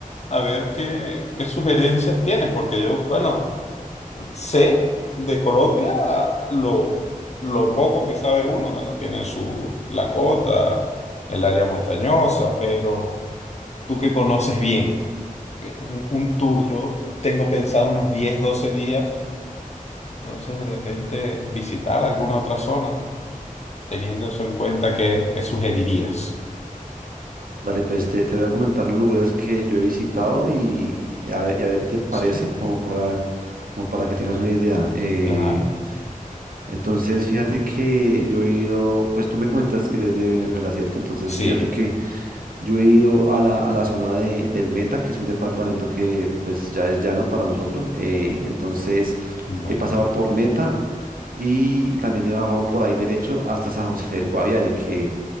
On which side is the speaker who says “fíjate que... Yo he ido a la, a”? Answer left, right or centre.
Right